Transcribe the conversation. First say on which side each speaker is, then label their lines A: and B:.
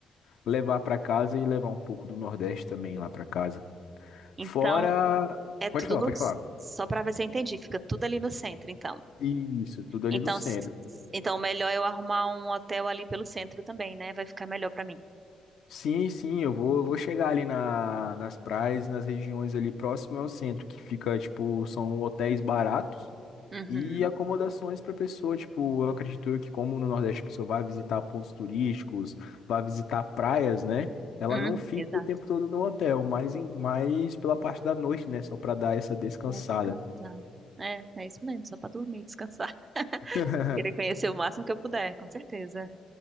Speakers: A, on the left; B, on the right.
A: levar para casa e levar um pouco do Nordeste também lá para casa.
B: Então,
A: Fora.
B: é tudo
A: Pode falar,
B: no.
A: pode falar.
B: Só para ver se eu entendi, fica tudo ali no centro, então.
A: Isso, tudo ali
B: Então,
A: no centro.
B: s- então melhor eu arrumar um hotel ali pelo centro também, né? Vai ficar melhor para mim.
A: Sim, sim, eu vou, eu vou chegar ali na, nas praias, nas regiões ali próximas ao centro, que fica, tipo, são hotéis baratos.
B: Uhum.
A: E acomodações para pessoa, tipo, eu acredito eu que como no Nordeste a pessoa vai visitar pontos turísticos, vai visitar praias, né? Ela
B: Hum,
A: não fica
B: exato,
A: o tempo todo no hotel, mas, em, mas pela parte da noite, né? Só para dar essa descansada.
B: pra descansar. É, é isso mesmo, só pra dormir, descansar. <laughs>
A: <laughs>
B: Querer conhecer o máximo que eu puder, com certeza.